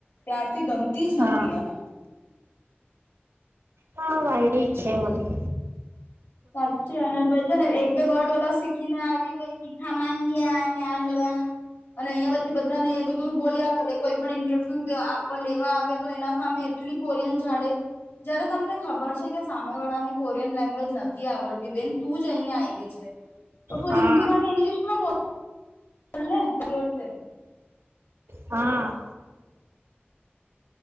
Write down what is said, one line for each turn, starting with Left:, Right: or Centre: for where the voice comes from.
Left: ત્યારથી ગમતી જ
Right: હા
Left: નથી આ મને.
Right: હા, વાયરી છે વળી.
Left: સાચુ, એને તો એક એ બડોલા શીખીને આવી ગઈ ખામાંંગી અને આલન <inaudible> અને અહીં પછી, બધા ને એ બધું બોલ્યા કરે, કોઈ પણ ઇન્ટરવ્યુ આપવા લેવા આવે, તો એના સામે. આટલી કોરિયન જાડે, જ્યારે તમને ખબર છે કે સામે વાળાને કોરિયન લેંગ્વેજ નથી. આવડતી, બેન, તું જઈને આવી છે, તો તું
Right: હા
Left: હિન્દી માં કે ઇંગ્લિશ માં બોલ. બને બલ છે.
Right: હા